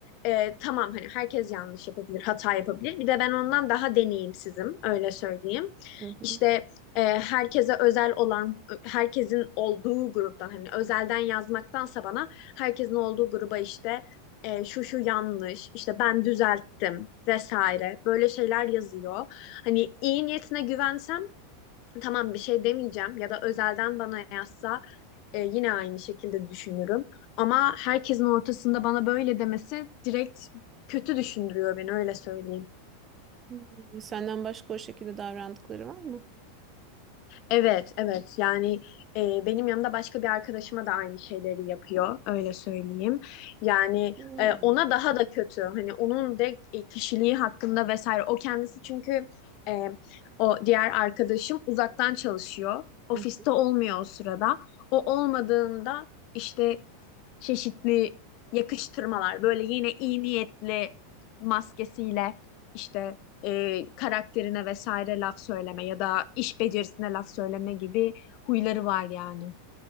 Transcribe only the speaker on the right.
Hı hı.
Hmm, Senden başka o şekilde davrandıkları var mı?
Bilmiyorum.
Hı.